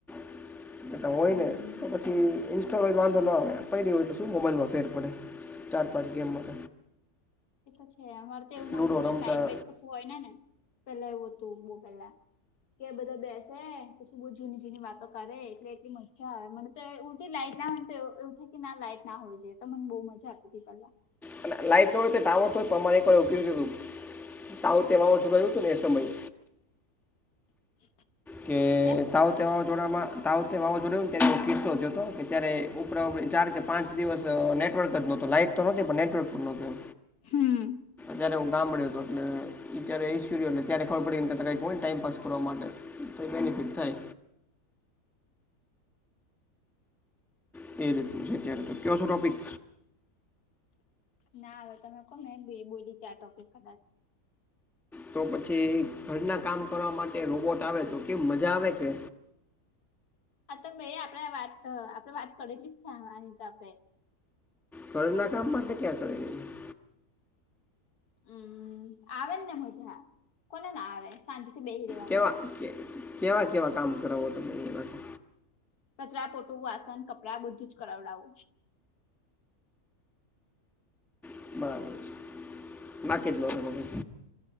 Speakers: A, in the centre; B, on the left (about 80°).
A: <inaudible> એતો હોય
B: હમ
A: ને તો પછી ઇન્સ્ટોલ હોય તો વાંધો ન આવે પેલી હોય તો શું મોબાઈલમાં ફેર પડે. પછી ગેમમાં
B: એ તો છે અમારે તો એવું ના
A: લૂડો
B: હોય
A: રમતા
B: લાઈટ-બાઈટ કશું હોય ને ના પેલા એવું હતું પેલા કે બધા બેસે પછી બહુ જૂની-જૂની વાતો કરે એટલે એટલી મજા આવે મને. ઉલટી લાઈટ નાતો આવે કે ના લાઈટ ના હોય જોઈએ તો મને બહુ મજા આપતી હતી પેલા.
A: અને લાઈટ ન હોય તો ટાવર હોય પ્રમાણે એક ઉપયોગી એવું આવું તેમાં ઓછું ગયું હતું ને એ સમયે
B: <inaudible>
A: કે
B: હે
A: તાવતે વાવાઝોડામાં તાવતે વાવાઝોડ તેનો કિસ્સો થયો હતો. તયારે ઉપરા-ઉપર ચાર કે પાંચ દિવસ નેટવર્ક જ ન હોત તો લાઈટ તો નહોતી, પણ નેટવર્ક પર નહોતું.
B: હમ્મ.
A: જયારે હું ગામડે હતો એટલે જ્યારે ઐશ્વર્ય એટલે ત્યારે ખબર પડી, કેતા કંઈક હોય ને ટાઈમપાસ કરવા માટે બેનિફિટ થાય એ રીતનું છે અત્યારે તો કયો છો ટોપિક
B: ના હવે તમે કો મે બી બોલી ગયા ટોપિક કદાચ.
A: તો પછી ઘરના કામ કરવા માટે રોબોટ આવે તો કેવી મજા આવે કે?
B: હા, તો ભાઈ આપડે વાત આપડે વાત કરેલી જ છે એની તો આપડે.
A: ઘરના કામ માટે તો ક્યાં. <unintelligible>
B: હમ્મ, આવે ને મજા, કોને ના આવે? શાંતિથી બેહી રહેવુ
A: કેવા કે કેવા-કેવા કામ કરાવો તમે એ પાસે?
B: કચરા પોટું, વાસન, કપડાં બધું જ કરાવડાવું.
A: બરાબર છે, બાકી